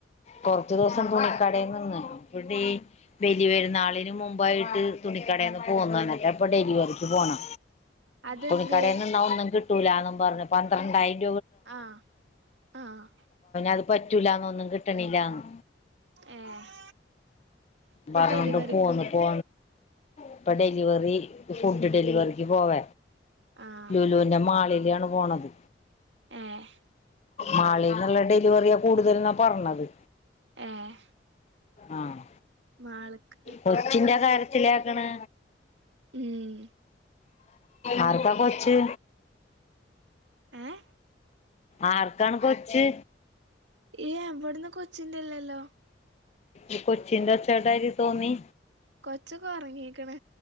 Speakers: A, on the left; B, on the right.
A: കൊറച്ചു ദിവസം തുണിക്കടെ നിന്ന് പിന്നെ ഈ വലിയ പെരുനാളിന് മുമ്പായിട്ട് തുണിക്കടെന്ന് പോന്നു അതോണ്ട് ഇപ്പൊ ഡെലിവറിക്ക് പോണെ
B: അതെന്തേ
A: തുണിക്കടെ നിന്നാ ഒന്നും കി ട്ടൂലാന്ന് പറഞ്ഞ് പന്ത്രണ്ടായിര
B: ആഹ് ആഹ്
A: അത് പറ്റൂലാന്ന് ഒന്നും കിട്ടണില്ലാന്ന്
B: ഏഹ് ഇപ്പൊ
A: ട്ടവിട്ന്ന്
B: ഡെലിവറിക്ക്ന്ന്
A: പോന്ന് പോ ഇപ്പൊ ഡെലിവറി ഫുഡ് ഡെലിവറിക്ക് പോവ
B: ആഹ്
A: ലൂലൂന്റെ മാളില് ആണ് പോണത്
B: ഏഹ്
A: മാളിൽ ന്നുള്ള ഡെലിവറിയാ കൂടുതൽ എന്നാ പറഞ്ഞത്
B: ഏഹ്
A: ആഹ്
B: മാള്ക്ക്
A: കൊച്ചിന്റെ കാര്യ കരച്ചില് കേക്കണ്
B: ഉം
A: ആർക്കാ കൊച്ച്
B: ഏഹ്
A: ആർക്കാണ് കൊച്ച്
B: ഏ എവിടന്ന് കൊ ച്ചില്ലല്ലോ
A: ഇ കൊച്ചിന്റെ ഒച്ചേട്ടാതിരി തോന്നി
B: കൊച്ചൊക്കെ ഒറങ്ങീക്ക്‌ണ്‌